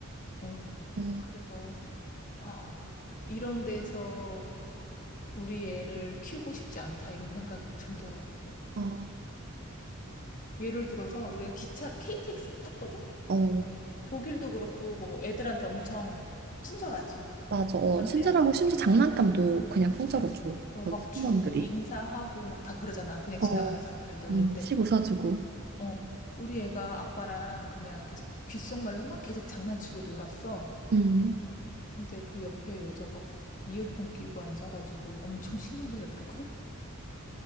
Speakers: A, on the left (about 40°); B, on the right (about 45°).
A: 어,
B: 음,
A: 그래서, 아, 이런 데서 우리 애를 키우고 싶지 않다, 이런 생각이 들더라고.
B: 어,
A: 예를 들어서, 우리가 기차를, KTX를 탔거든?
B: 어,
A: 독일도 그렇고 뭐 애들한테 엄청 친절하지.
B: 맞아. 어,
A: 반대하지.
B: 친절하고 심지어 장난감도 그냥 공짜로 줘.
A: 어,
B: 거기
A: 막 주고
B: 승무원들이.
A: 인사하고 막 다 그러잖아. 그냥
B: 어,
A: 지나가는 사람들도.
B: 음,
A: 근데
B: 씩 웃어주고.
A: 어, 우리 애가 아빠랑 그냥 이렇게 귓속말로 막 계속 장난치고 놀았어.
B: 음.
A: 근데 그 옆에 여자가 이어폰 끼고 앉아가지고 엄청 신경질 내더라고. <laughs>